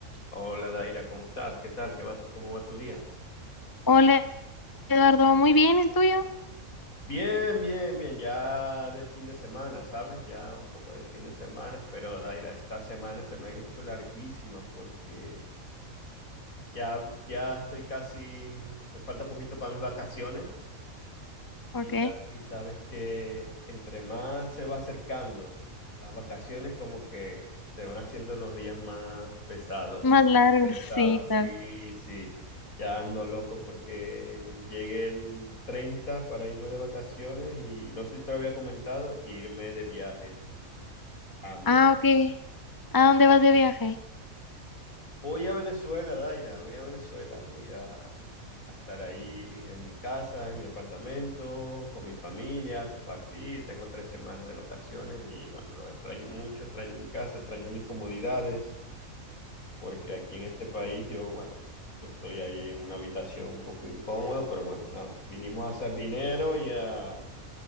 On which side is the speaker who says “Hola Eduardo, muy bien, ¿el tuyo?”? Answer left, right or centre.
Left